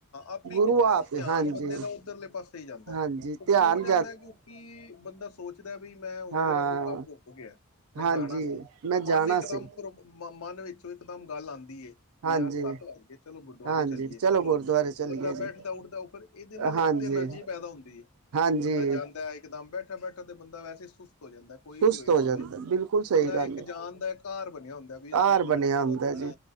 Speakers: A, on the left (about 80°); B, on the right (about 85°).
A: ਆਪੇ
B: ਗੁਰੂ
A: ਖਿੱਚਦਾ
B: ਆਪ
A: ਉਹ ਧਿਆਨ
B: ਹਾਂਜੀ,
A: ਬੰਦੇ ਦਾ। ਉੱਧਰਲੇ ਪਾਸੇ ਹੀ ਜਾਂਦਾ,
B: ਹਾਂਜੀ
A: ਉਹ ਕਿਉਂ
B: ਧਿਆਨ
A: ਜਾਂਦਾ, ਕਿਉਂਕਿ ਬੰਦਾ ਸੋਚ ਵੀ ਮੈਂ ਹੁਣ
B: ਹਾਂ।
A: ਮੇਰਾ ਕੋਈ ਕੰਮ ਰੁਕ ਗਿਆ, ਮੈਂ
B: ਹਾਂਜੀ,
A: ਜਾਣਾ ਸੀ,
B: ਮੈਂ
A: ਉਹ
B: ਜਾਣਾ
A: ਮਨ ਇੱਕਦਮ
B: ਸੀ।
A: ਉਪਰੋਂ ਮ ਮਨ ਵਿੱਚੋਂ ਇਕਦਮ ਗੱਲ ਆਂਦੀ ਏ।
B: ਹਾਂਜੀ,
A: ਯਾਰ ਸੱਤ ਵੱਜ ਗਏ, ਚਲੋ ਗੁਰਦੁਆਰੇ
B: ਹਾਂਜੀ
A: ਚਲੀਏ ਚਲੋ
B: ਗੁਰਦੁਆਰੇ
A: ਜੀ,
B: ਚਲੀਏ
A: ਉਹ ਬੰਦਾ
B: ਜੀ।
A: ਬੈਠਦਾ ਉੱਠਦਾ, ਉਹ ਫਿਰ ਇਹਦੇ ਨਾਲ
B: ਹਾਂਜੀ,
A: ਇੱਕ ਤੇ ਐਨਰਜੀ ਪੈਦਾ ਹੁੰਦੀ ਏ,
B: ਹਾਂਜੀ
A: ਬੰਦਾ ਜਾਂਦਾ ਇਕਦਮ ਬੈਠਾ- ਬੈਠਾ ਤੇ ਬੰਦਾ ਵੈਸੇ ਸੁਸਤ ਹੋ ਜਾਂਦਾ ਕੋਈ
B: ਸੁਸਤ
A: ਵੀ ਹੋਏ
B: ਹੋ
A: ਭਾਵੇਂ,
B: ਜਾਂਦਾ ਬਿਲਕੁਲ ਸਹੀ
A: ਬੰਦਾ
B: ਗੱਲ
A: ਇੱਕ
B: ਏ।
A: ਜਾਣ ਦਾ ਅਕਾਰ ਬਣਿਆ ਹੁੰਦਾ, ਵੀ ਅਸੀਂ
B: ਆਰ
A: ਫਲਾਣੀ
B: ਬਣਿਆ
A: ਜਗ੍ਹਾ
B: ਹੁੰਦਾ
A: ਜਾਣਾ।
B: ਜੀ,